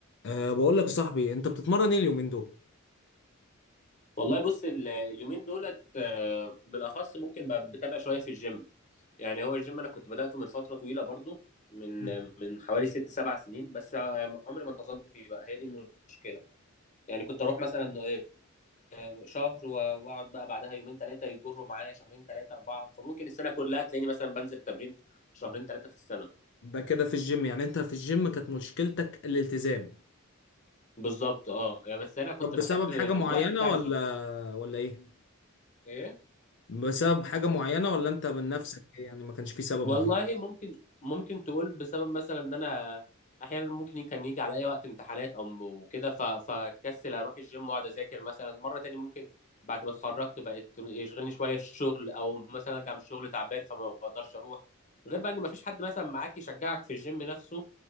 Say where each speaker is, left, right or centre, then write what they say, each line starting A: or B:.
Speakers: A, on the left; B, on the left.
A: أه بقول لك يا صاحبي انت بتتمرن ايه اليومين دول
B: والله بص ال- اليومين دولت آه، بالاخص ممكن بقى بتابع شويه في الجيم يعني هو الجيم انا كنت بداته من فتره طويله برضو من
A: مم.
B: من حوالي ست سبع سنين بس آه، عمري ما انتظمت فيه بقى هي دي المشكله يعني كنت اروح مثلا آه، شهر و- واقعد بقى بعدها يومين ثلاثه يجروا معايا شهرين ثلاثه اربعه فممكن السنه كلها تلاقيني مثلا بنزل تمرين شهرين ثلاثه في السنه
A: ده كده في الجيم يعني انت في الجيم كانت مشكلتك الالتزام
B: بالظبط اه يعني بس انا كنت
A: طب بسبب
B: بحب الوقت
A: حاجة معينة
B: بتاع
A: ولا
B: الجيم
A: ولا ايه
B: ايه
A: بسبب حاجة معينة ولا انت من نفسك إيه؟ يعني ما كانش في سبب
B: والله
A: معين
B: ممكن ممكن تقول بسبب مثلا ان انا احيانا ممكن كان يجي عليا وقت امتحانات او وكده ف- فكسل اروح الجيم واقعد اذاكر مثلا مره تاني ممكن بعد ما اتخرجت بقت يشغلني شويه الشغل او مثلا ارجع من الشغل تعبان فما بقدرش اروح غير بقى ان ما فيش حد مثلا معاك يشجعك في الجيم نفسه